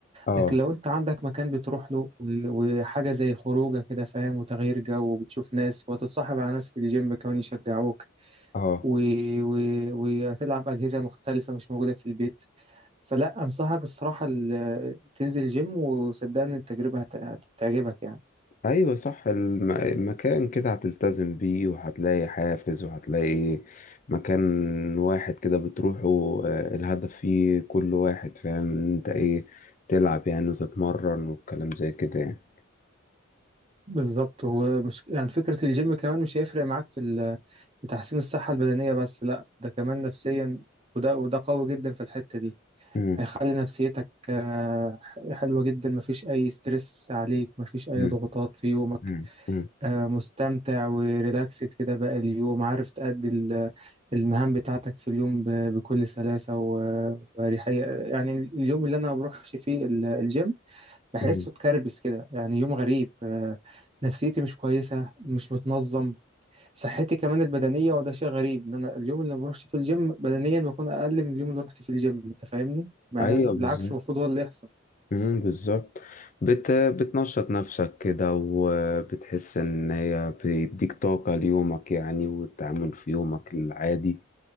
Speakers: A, on the left (about 40°); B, on the right (about 30°).
A: اه
B: لكن لو انت عندك مكان بتروح له و- وحاجة زي خروجه كده فاهم وتغيير جو وبتشوف ناس وهتتصاحب على ناس في الجيم كمان يشجعوك
A: اه
B: و... و... وهتلعب أجهزة مختلفة مش موجودة في البيت فلا أنصحك الصراحة ال- تنزل جيم وصدقني التجربة هت... هتعجبك يعني
A: ايوه صح الم- المكان كده هتلتزم بيه وهتلاقي حافز وهتلاقي مكان واحد كده بتروحه آه، الهدف فيه كل واحد فاهم ان انت ايه تلعب يعني وتتمرن والكلام زي كده يعني
B: بالظبط هو مش يعني فكرة الجيم كمان مش هيفرق معاك في ال... في تحسين الصحة البدنية بس لا ده كمان نفسيا وده وده قوي جدا في الحتة دي
A: مم،
B: هيخلي نفسيتك آه، حلوة جدا مفيش أي ستريس عليك مفيش أي
A: مم،
B: ضغوطات في يومك
A: مم، مم،
B: آه، مستمتع وريلاكسد كده باقي اليوم عارف تأدي ال- المهام بتاعتك في اليوم ب- بكل سلاسة و- وأريحية يعني اليوم اللي أنا ما بروحش فيه ال- الجيم بحسه
A: مم.
B: اتكربس كده يعني يوم غريب آه، نفسيتي مش كويسة مش متنظم صحتي كمان البدنية وده شيء غريب ان انا اليوم اللي ما بروحش فيه الجيم بدنيا بكون اقل من اليوم اللي رحت فيه الجيم انت فاهمني مع
A: ايوه
B: ان
A: بالظبط
B: العكس المفروض هو اللي يحصل
A: مم، بالظبط بت بتنشط نفسك كده وبتحس ان هي بتديك طاقة ليومك يعني والتعامل في يومك العادي